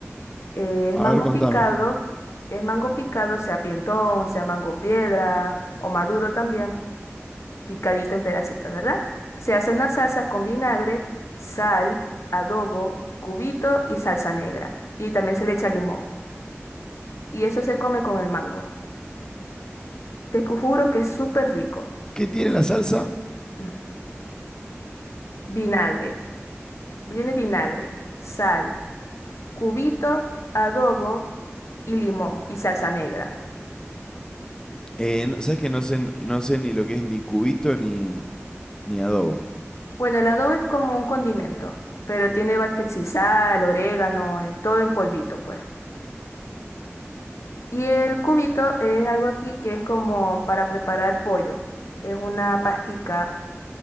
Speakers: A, on the left; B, on the left.
A: Eh, es
B: A
A: mango
B: ver, contame.
A: picado, es mango picado, sea pintón, sea mango piedra o maduro también. picadito en pedacitos, ¿verdad? Se hace una salsa con vinagre, sal, adobo, cubito y salsa negra. Y también se le echa limón. Y eso se come con el mango. Te cu- juro que es súper
B: ¿Qué,
A: rico.
B: qué tiene
A: Eh,
B: la salsa?
A: v- Vinagre, viene vinagre, sal, cubito, adobo y limón y salsa negra.
B: Eh, no- ¿sabes que no sé, n- no sé ni lo que es ni cubito ni, ni adobo?
A: Bueno, el adobo es como un condimento, pero tiene va que si sal, orégano, en, todo en polvito, pues. Y el cubito es algo aquí que es como para preparar pollo. Es una pastica,